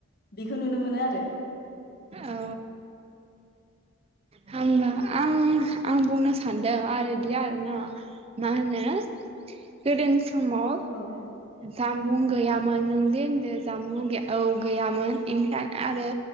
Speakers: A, on the left; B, on the right.
A: बि खौ नुनो मोनो आर रो
B: औ होनबा आं आं बुंनो सानदों आरोदि आरो ना मा होनो गोदो समाव
A: औ
B: जामबुं गैयामोन नों जे होनदो जामुं औ गैयामोन इनफेक आरो